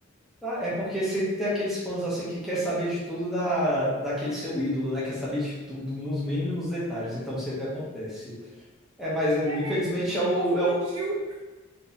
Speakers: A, in the centre; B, on the right.
A: Ah, é porque sempre tem aqueles fãs assim que quer saber de tudo da, daquele seu ídolo, né? Quer saber de tudo nos mínimos detalhes, então sempre acontece. É, mas eh, infelizmente
B: É, mas o
A: é o,
B: povo
A: é
B: pediu.
A: o